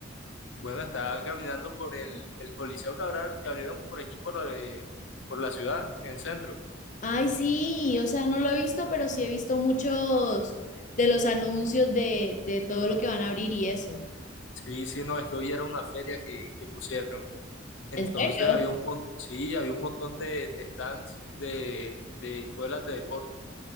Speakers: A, on the left (about 80°); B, on the left (about 40°).
A: Bueno, estaba caminando por el, el Coliseo que, abra- que abrieron por aquí, por, eh, por la ciudad, en el centro.
B: Ay, sí, o sea, no lo he visto, pero sí he visto muchos de los anuncios de, de todo lo que van a abrir y eso.
A: Sí, sí, no, es que hoy era una feria que, que pusieron. Entonces
B: ¿En serio?
A: había un, mon- sí, había un montón de, de stands de, de escuelas de deporte.